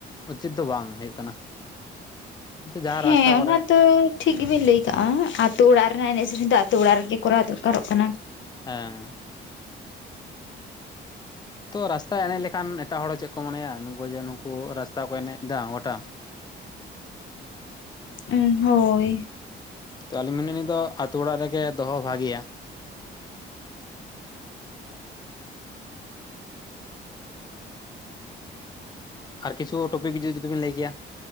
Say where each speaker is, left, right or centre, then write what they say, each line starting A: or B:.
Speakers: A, on the left; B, on the left.
A: ᱩᱪᱤᱛ ᱫᱚ ᱵᱟᱝ ᱦᱩᱭᱩᱜ ᱠᱟᱱᱟ᱾ ᱡᱟᱦᱟᱸ
B: ᱦᱮᱸ
A: ᱨᱟᱥᱛᱟ ᱠᱚᱨᱮ
B: ᱚᱱᱟ ᱫᱚ ᱴᱷᱤᱠ ᱜᱮᱵᱤᱱ ᱞᱟᱹᱭ ᱠᱟᱜ-ᱟ ᱟᱛᱳ ᱚᱲᱟᱜ ᱨᱮᱱᱟᱜ ᱮᱱᱮᱡ ᱥᱮᱨᱮᱧ ᱫᱚ ᱟᱛᱳ ᱚᱲᱟᱜ ᱨᱮᱜᱮ ᱠᱚᱨᱟᱣ ᱫᱚᱨᱠᱟᱨᱚᱜ ᱠᱟᱱᱟ᱾
A: ᱦᱮᱸ ᱛᱚ ᱨᱟᱥᱛᱟ ᱮᱱᱮᱡ ᱞᱮᱠᱷᱟᱱ ᱮᱴᱟᱜ ᱦᱚᱲ ᱦᱚᱸ ᱪᱮᱜ ᱠᱚ ᱢᱚᱱᱮᱭᱟ ᱱᱩᱠᱩ ᱡᱮ ᱱᱩᱠᱩ ᱨᱟᱥᱛᱟ ᱠᱚ ᱮᱱᱮᱡ ᱫᱟ ᱜᱚᱴᱟ᱾
B: ᱮᱸ ᱦᱳᱭ
A: ᱛᱚ ᱟᱞᱤᱧ ᱢᱮᱱᱟ ᱱᱤᱭᱟᱹ ᱫᱚ ᱟᱛᱩ ᱚᱲᱟᱜ ᱨᱮᱜᱮ ᱫᱚᱦᱚ ᱵᱷᱟᱜᱤᱭᱟ᱾ ᱟᱨ ᱠᱤᱪᱷᱩ ᱴᱚᱯᱤᱠ ᱡᱩ ᱡᱩᱫᱤ‌ ᱵᱤᱱ ᱞᱟᱹᱭ ᱠᱮᱭᱟ?